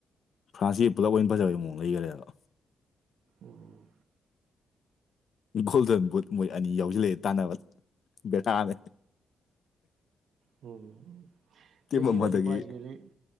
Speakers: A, on the left (about 50°); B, on the right (about 70°).
A: ꯐ꯭ꯔꯥꯟꯁꯁꯤ ꯄꯨꯂꯞ ꯑꯣꯏꯅ ꯐꯖꯕꯩ ꯃꯑꯣꯡ ꯂꯩꯈꯔꯦꯗꯕ
B: ꯎꯝ
A: ꯒꯣꯜꯗꯟ ꯕꯨꯠ ꯃꯣꯏ ꯑꯅꯤ ꯌꯥꯎꯁꯤꯜꯂꯛꯑꯦ ꯇꯥꯟꯅꯕ ꯕꯦꯔꯥꯅꯦ
B: ꯎꯝ
A: ꯇꯤꯝ
B: ꯃꯦꯁꯤꯅꯗꯤ
A: ꯑꯃꯗꯒꯤ
B: ꯈ꯭ꯋꯥꯏ ꯍꯦꯜꯂꯤ